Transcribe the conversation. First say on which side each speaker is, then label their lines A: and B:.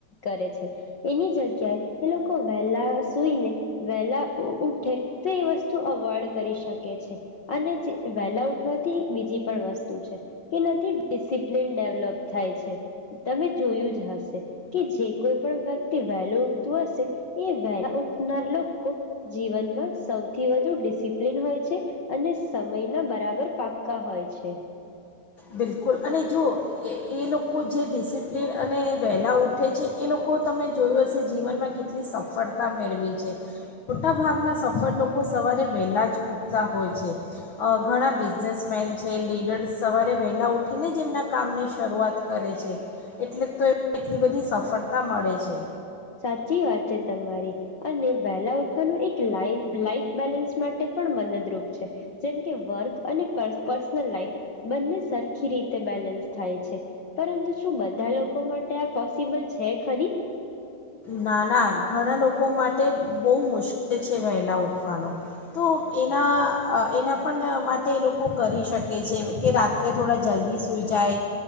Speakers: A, on the left; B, on the left.
A: કરે છે. એની જગ્યાએ એ લોકો વહેલા સુઈને વહેલા ઉઠે તો એ વસ્તુ અવોઈડ કરી શકે છે, અને વહેલા ઉઠવાથી એક બીજી પણ વસ્તુ છે કે નથી ડિસિપ્લિન ડેવલોપ થાય છે તમે જોયું જ હશે કે જે કોઈ પણ વ્યક્તિ વહેલું ઉઠતું હશે એ વહેલા ઉઠનાર લોકો જીવનમાં સૌથી વધુ ડિસિપ્લિન હોય છે અને સમયના બરાબર પાક્કા હોય છે.
B: બિલકુલ અને જો એ એ લોકો જે, ડિસિપ્લિન અને વહેલાઉટ ઉઠે છે એ લોકો તમે જોયું હશે જીવનમાં કેટલી સફળતા મેળવી છે મોટા ભાગના સફળ લોકો સવારે વહેલા જ ઉઠતા હોય છે ઘણા બિઝનેસમેન છે લીડર્સ સવારે વેલા ઉઠીને જ એમના કામની શરૂઆત કરે છે એટલે તો એટલી બધી સફળતા મળે છે.
A: સાચી વાત છે તમારી અને વહેલા ઉઠવાનું એક લાઈન લાઈફ બેલેન્સ માટે પણ મદદરૂપ છે. જેમ કે વર્ક અને પર્સનલ લાઈફ બંને સરખી રીતે બેલેન્સ થાય છે પરંતુ શું બધા લોકો માટે આ પોસિબલ છે ખરી.
B: ના ના ઘણા લોકો માટે તે બહુ મુશ્કેલ લ છે વહેલા ઉઠવાનું તો એના એના પણ માટે એ લોકો કરી શકે છે કે રાત્રે થોડા જલ્દી સુઈ જાય